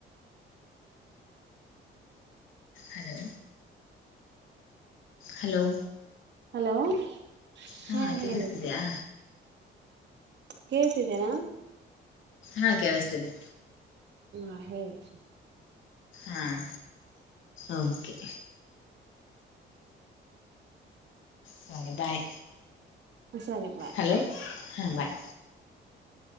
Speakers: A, on the left (about 80°); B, on the right (about 60°).
A: ಹಲೋ ಹಲೋ
B: ಹಲೋ ಹ್ಮ್..
A: ಹಾಂ
B: ಹೇಳಿ
A: ಕೇಳಿಸ್ತಿದೆಯಾ
B: ಕೇಳ್ತಿದ್ದೇನಾ.
A: ಹಾ ಕೇಳಿಸ್ತಿದೆ.
B: ಹಾ ಹೇಳಿ.
A: ಹಾಂ ಓಕೆ. ಸರಿ ಬಾಯ್
B: ಸರಿ ಬಾಯ್.
A: ಹಲೋ ಹಾಂ ಬಾಯ್.